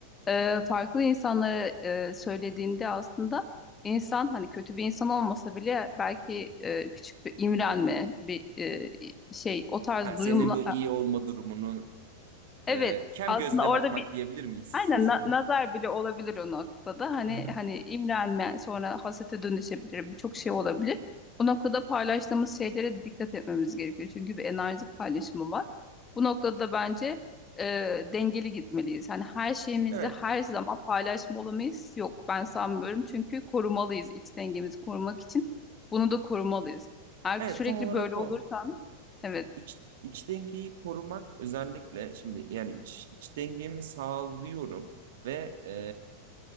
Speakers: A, on the left; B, on the right.
A: e, farklı insanlara e, söylediğinde aslında insan hani kötü bir insan olmasa bile belki e, küçük bir imrenme bir e, şey o tarz
B: Ha, senin
A: duyumla
B: bu iyi olma durumunu
A: Evet
B: e, kem
A: aslında
B: gözle
A: orada
B: bakmak
A: bir
B: diyebilir miyiz?
A: aynen na-
B: <laughs>
A: nazar bile olabilir o noktada. Hani
B: Hı hı.
A: hani imrenme sonra hasete dönüşebilir birçok şey olabilir. Bu noktada paylaştığımız şeylere dikkat etmemiz gerekiyor. Çünkü bir enerji paylaşımı var. Bu noktada bence e, dengeli gitmeliyiz. Hani her şeyimizi
B: Evet.
A: her zaman paylaşmalamayız. Yok ben sanmıyorum. Çünkü korumalıyız iç dengemizi korumak için. Bunu da korumalıyız. Eğer
B: Evet
A: ki sürekli
B: tam olarak
A: böyle
B: o.
A: olursan evet
B: İç, iç dengeyi korumak özellikle şimdi yani iç, iç dengemi sağlıyorum ve e,